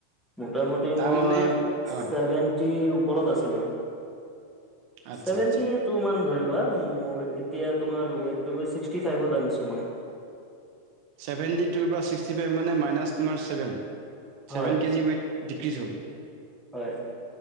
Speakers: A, in the centre; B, on the right.
A: মোটামুটি
B: তাৰমানে
A: মই
B: অ
A: ছেভেন্টিৰ ওপৰত আছিলোঁ৷
B: আচ্ছা
A: ছেভেন্টি
B: আচ্ছা
A: টু মান ধৰি লোৱা, মোৰ এতিয়া তোমাৰ ৱেইটতো যে ছিক্সটি ফাইভত আনিছোঁ মই৷
B: ছেভেন্টি টুৰপৰা ছিক্সটি ফাইভ মানে মাইনাছ তোমাৰ ছেভেন।
A: হয়
B: ছেভেন কেজি ৱেইট ডিক্ৰিজ হ'ল৷
A: হয়৷